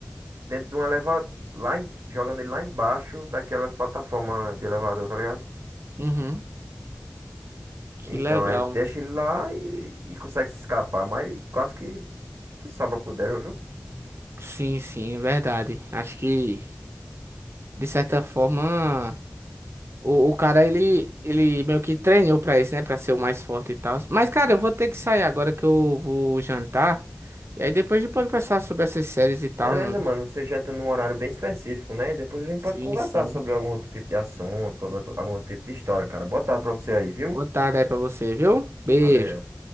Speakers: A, on the right; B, on the right.
A: dentro de um elevador. Lá em- jogando ele lá embaixo daquelas plataformas de elevador, tá ligado?
B: Uhum. Que
A: Então,
B: legal.
A: aí ele deixa ele lá e, e consegue se escapar. Mas quase que, que sobra pro Daryl, viu?
B: Sim, sim, é verdade. Acho que, de certa forma. O, o cara, ele, ele meio que treinou pra isso, né? Pra ser o mais forte e tal. Mas, cara,
A: Sim.
B: eu vou ter que sair agora que eu vou jantar. E aí depois a gente pode conversar sobre essas séries e tal,
A: Beleza,
B: mano.
A: mano. Você janta num horário bem específico, né? E depois a gente
B: Sim,
A: pode conversar
B: sim.
A: sobre algum outro tipo de assunto, sobre outro- algum outro tipo de história, cara. Boa tarde pra você aí, viu?
B: Boa tarde aí pra você, viu? Beijo.
A: Valeu.